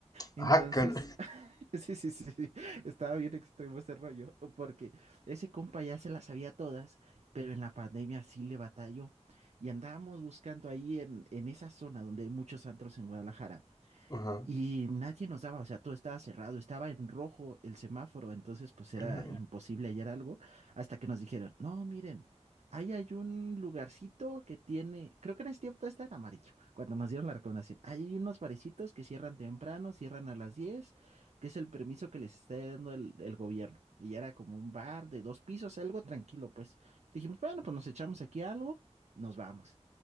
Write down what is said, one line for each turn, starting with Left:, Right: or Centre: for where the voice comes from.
Right: Entonces,
Left: Ah, can-
Right: <laughs> Sí, sí, sí, sí, estaba bien extremo ese rollo, porque ese compa ya se las sabía todas, pero en la pandemia sí le batalló. Y andábamos buscando ahí en, en esa zona donde hay muchos antros en Guadalajara.
Left: Ajá,
Right: Y nadie nos daba, o sea, todo estaba cerrado, estaba en rojo el semáforo, entonces pues
Left: claro.
Right: era imposible hallar algo hasta que nos dijeron, no, miren, ahí hay un lugarcito que tiene, creo que en ese tiempo todo estaba en amarillo, cuando nos dieron la recomendación, ahí hay unos barecitos que cierran temprano, cierran a las 10, que es el permiso que les está dando el, el gobierno. Y era como un bar de dos pisos, algo tranquilo, pues dijimos, bueno, pues nos echamos aquí algo, nos vamos.